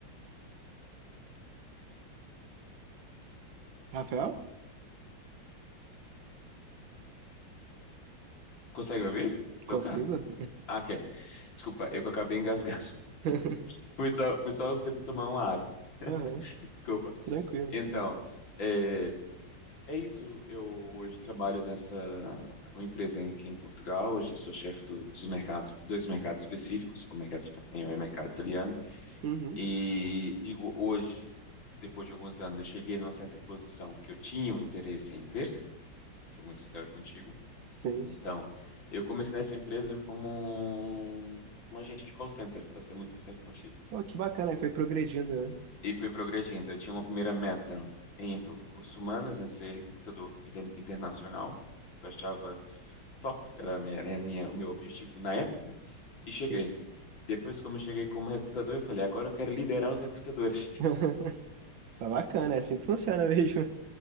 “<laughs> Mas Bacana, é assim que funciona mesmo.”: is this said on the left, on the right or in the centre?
Right